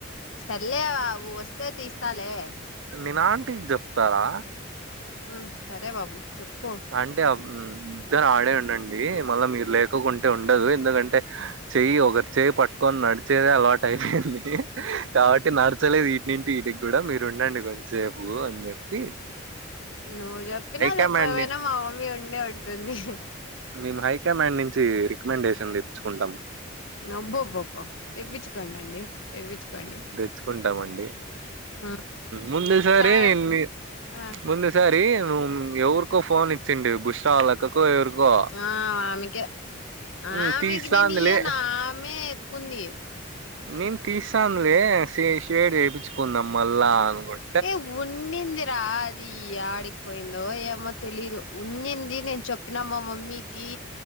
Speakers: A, on the left; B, on the right.
A: సర్లే అ వస్తే తీస్తాలే
B: నేను ఆంటీ కి చెప్తారా
A: ఉమ్ సరే బాబు చెప్పు
B: ఆంటీ ఇద్దరు ఆడే ఉండండి మళ్ళా మీరు లేకోకుంటే ఉండదు ఎందుకంటే చెయ్యి ఒకరి చెయి పట్టుకొని నడిచేదే అలవాటు అయిపోయింది కాబట్టి నడచలేదు ఇంటింటి వీటికి కూడా మీరు ఉండండి కొంసేపు అని చెప్పి
A: నువ్వు చెప్పినా చెప్పకపోయినా
B: కమాండ్‌ని
A: మా మమ్మీ ఉండే ఉంటుంది
B: మేము హైకమాండ్ నుంచి రికమెండేషన్ తెచ్చుకుంటాం
A: నబ్బబ్బబ్బ తెప్పించుకోండి అండి తెప్పించుకోండి
B: తీకుంటామండి
A: ఉమ్,
B: ముందు సారీ
A: చా
B: నేను మీ
A: ఆ
B: ముందు సారి నువ్వు ఎవరికో ఫోన్ ఇచ్చిండి బుష్రావాల క్కకో ఎవరికో
A: ఆ ఆమెకే
B: హ్మ్.
A: ఆమెకి
B: తీస్తాందిలే.
A: నేను ఇయ్య నా ఆమె ఎత్తుకుంది
B: నేను తీసానులే షేడ్ చేయించుకుందాం మళ్ళా అనుకోం
A: ఏ ఉన్నీంది రా అది ఆడికిపోయిందో ఏమో తెలీదు ఉన్నింది నేను చెప్పినా మా మమ్మీకి